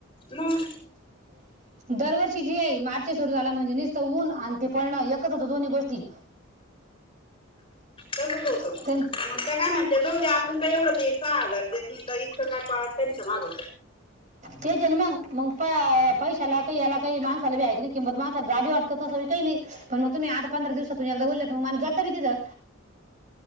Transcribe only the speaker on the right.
<unintelligible> दरवर्षी जी आहे मार्च सुरू झाला म्हणजे निसतं ऊन आणि ते पळणं एकच होतं दोन्ही गोष्टी.
त्यांन
तेच आहेन मग, मग पा पैशाला काही याला काही माणसाला बी आहे कि नाही किंमत, माणसाला रा बी वाटतं तसं काही नाही. पण मग तुम्ही आठ पंधरा दिवसातून एकदा बोलेत मग माणूस जात बी तिथं.